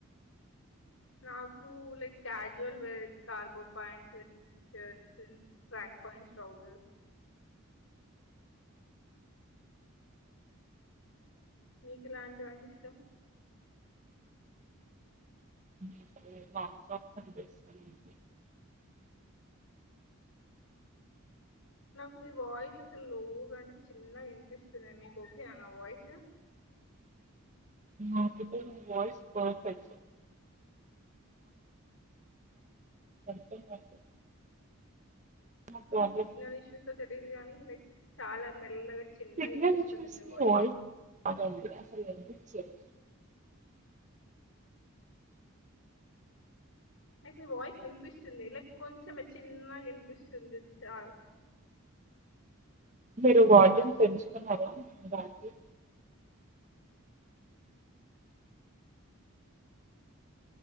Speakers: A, on the left (about 60°); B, on the right (about 35°).
A: నాకు like casual wear cargo pants or T shirts track pants trousers నీకు ఇలాంటివంటి ఇష్టం
B: నాకు కాప్ టాప్స్ అంటే ఇష్టమండి.
A: నాకు మీ వాయిస్ అసలు లోగా అంటే చిన్నగా వినిపిస్తుంది. మీకు ఓకేనా నా వాయిస్
B: నాకు అయితే మీ వాయిస్ పర్ఫెక్ట్ అర్థం కావట్లేదు ఏమైనా ప్రాబ్లమ్
A: అ సిగ్నల్ ఇష్యూసో తెలీయదు గానీ చాలా మెల్లగా చిన్నగా
B: సిగ్నల్
A: వినిపిస్తుంది
B: ఇష్యుస్
A: మీ
B: కి వాయిస్ కాదండి అసలు సరే
A: నాక్ మీ వాయిస్ వినిపిస్తుంది లైక్ కొంచెం చిన్నగా వినిపిస్తుంది చాల్
B: మీరు వాల్యూమ్ పెంచుకున్నారా రానికి